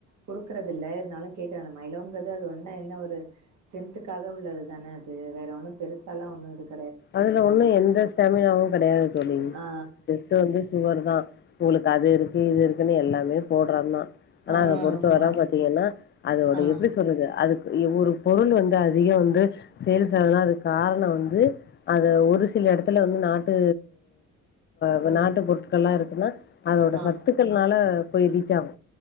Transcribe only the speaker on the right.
குடுக்குறதில்ல இருந்தாலு கேக்குறே இந்த மயிலோங்குறது அது ஒண்ணா என்ன ஒரு ஸ்ட்ரென்த்துக்காக உள்ளது தானே அது வேற ஒண்ணு பெருசாலா ஒண்ணு இதுக்
ஆ
ஆ ஆ
ஆமா
ஆ
ம்
ஆ